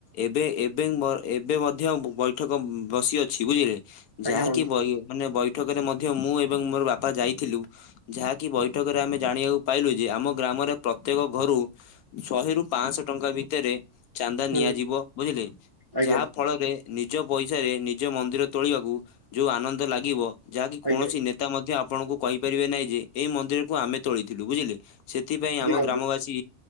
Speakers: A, on the left (about 85°); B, on the right (about 25°).
A: ଏବେ ଏବେ ଏବେ ମଧ୍ୟ ବୈଠକ ବସି ଅଛି। ବୁଝିଲେ?
B: ଆଜ୍ଞା
A: ଯାହାକି
B: ବନ୍ଧୁ
A: ମାନେ ବୈଠକରେ ମଧ୍ୟ ମୁଁ ଏବଂ ମୋର ବାପା ଯାଇଥିଲୁ। ଯାହାକି ବୈଠକରେ ଆମେ ଜାଣିବାକୁ ପାଇଲୁ ଯେ ଆମ ଗ୍ରାମରେ ପ୍ରତ୍ୟେକ ଘରୁ ଶହେ ରୁ ପାଞ୍ଚଶହ ଟଙ୍କା ଭିତରେ ଚାନ୍ଦା
B: ହୁଁ
A: ନିଆଯିବ ବୁଝିଲେ,
B: ଆଜ୍ଞା
A: ଯାହା ଫଳରେ ନିଜ ପଇସାରେ ନିଜ ମନ୍ଦିର ତୋଳିବାକୁ ଯେଉଁ ଆନନ୍ଦ ଲାଗିବ ଯାହାକି କୌଣସି
B: ଆଜ୍ଞା
A: ନେତା ମଧ୍ୟ ଆପଣଙ୍କୁ କହିପାରିବେ ନାହିଁ ଯେ ଏଇ ମନ୍ଦିରକୁ ଆମେ ତୋଳିଥିଲୁ ବୁଝିଲେ। ସେଥିପାଇଁ
B: ଆଜ୍ଞା
A: ଆମ
B: ବନ୍ଧୁ
A: ଗ୍ରାମବାସୀ